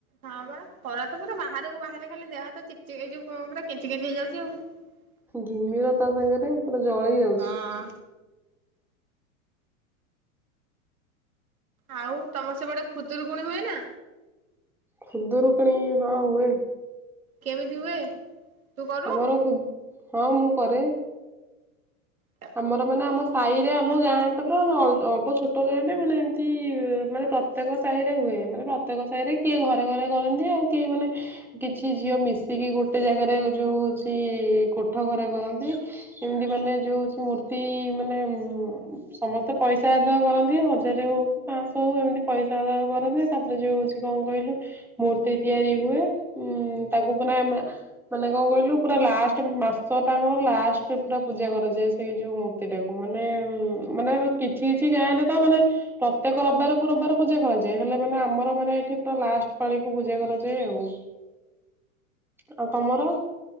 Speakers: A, on the right (about 80°); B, in the centre.
A: ହଁ ବା ଖରା ତ ପୁରା ବାହାରୁକୁ ବାହାରିଲେ ଖାଲି ଦେହ ହାତ ଖାଲି କେଞ୍ଚିିକେଞ୍ଚି ହେଇଯାଉଛି ଆଉ। ହଁ <unintelligible>
B: ଘିମିର ତା ସାଙ୍ଗରେ ପୁରା ଜଲୋଇ ଯାଉଛି।
A: ହଁ। ଆଉ ତମ ସେ ପଟେ ଖୁଦୁୁରୁକୁଣିହୁଏ ନା?
B: ଖୁଦୁରୁକୁଣି ହଁ ହୁଏ।
A: କେମିତି ହୁଏ? ତୁ କରୁ?
B: ଆମର ଖୁବ୍ ହଁ ମୁଁ କରେ।
A: ହଁ ହଁ।
B: ଆମର ମାନେ ଆମ ସାହି ରେ ଆମ ଗାଁ ଟ ତ ଅଳ୍ପ ଛୋଟ ଗାଁ ଟେତ ମାନେ ଏମିତି ମାନେ ପ୍ର ପ୍ରତ୍ୟେକ ସାହି ରେ ହୁଏ ମାନେ ପ୍ରତ୍ୟେକ ସାହି ରେ କିଏ ଘରେ ଘରେ କରନ୍ତି ଆଉ କିଏ ମାନେ କିଛି ଝିଅ ମିଶିକି ଗୋଟେ ଜାଗାରେ ଯୋଉ ଅଛି କୋଠ ଘରେ କରନ୍ତି। ଏମିତି ମାନେ ଯୋଉ ମୂର୍ତ୍ତି ମାନେ ସମସ୍ତେ ପଇସା ଆଦୟକରନ୍ତି ହଜାରେ ହଉ ପାଶହ ହଉ ଏମିତି ପଇସା ଆଦାୟ କରନ୍ତି ତାପରେ ଯଉ ସେ କଣ କହିଲୁ ମୂର୍ତ୍ତି ତିଆରି ହୁଏ ଉଁ ତାକୁ ମାନେ ଆମେ ମାନେ କଣ କହିଲୁ ପୁରା ଲାଷ୍ଟ ମାସ ଟାଙ୍କର ଲାଷ୍ଟ ପୁରା ପୂଜା କରାଯାଏ ସେଇ ଯୋଉ ମୂର୍ତ୍ତ। ଟାକୁ ମାନେ ମାନେ କିଛି କିଛି ଗାଁରେ ତ ମାନେ ପ୍ରତ୍ୟେକ ରବିବାର କୁରବିବାର ପୂଜା କରାଯାଏ ହେଲେ ମାନେ ଆମର ମାନେ ଏଠି ପୁରା ଲାଷ୍ଟ ପାଳିକୁପୂଜା କରାଯାଏ ଆଉ। ଆଉ ତମର?